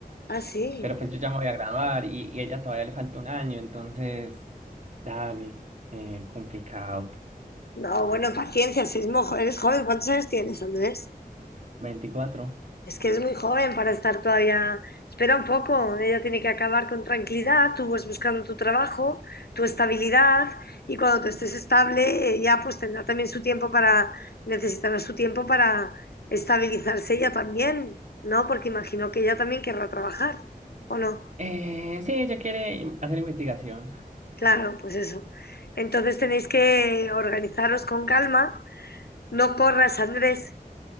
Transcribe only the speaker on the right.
Pero pues yo ya me voy a graduar y, y a ella todavía le falta un año, entonces, dale, eh, complicado.
veinticuatro
Eh, sí, ella quiere in- hacer investigación.